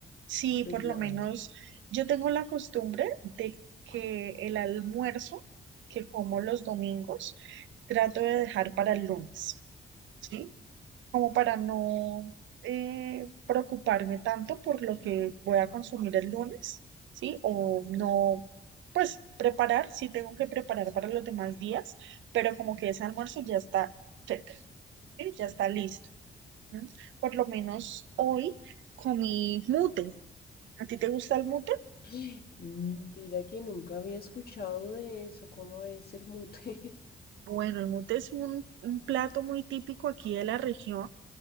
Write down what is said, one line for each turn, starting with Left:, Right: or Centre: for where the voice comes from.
Right: Sí,
Left: Pues
Right: por
Left: nada,
Right: lo menos yo tengo la costumbre de que el almuerzo que como los domingos trato de dejar para el lunes, ¿sí? como para no eh, preocuparme tanto por lo que voy a consumir el lunes, ¿sí? O no, pues preparar, sí tengo que preparar para los demás días, pero como que ese almuerzo ya está check, ¿sí? Ya está listo. ¿sí? Por lo menos hoy comí mute. ¿A ti te gusta el mute?
Left: <gasps> mm, mira que nunca había escuchado de eso, cómo es el mute.
Right: Bueno, el mute es un, un plato muy típico aquí de la región